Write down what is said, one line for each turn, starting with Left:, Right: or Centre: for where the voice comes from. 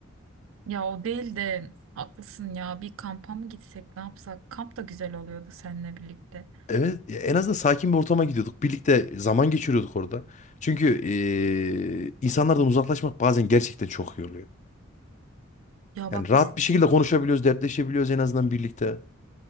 Right: Ya o değil de haklısın ya. Bir kampa mı gitsek ne yapsak? Kamp da güzel oluyordu seninle birlikte.
Left: Evet, ya en azından sakin bir ortama gidiyorduk. Birlikte zaman geçiriyorduk orada. Çünkü ee, insanlardan uzaklaşmak bazen gerçekten çok iyi oluyor.
Right: Ya
Left: Yani
Right: bak
Left: rahat
Right: biz
Left: bir şekilde konuşabiliyoruz, dertleşebiliyoruz en azından birlikte.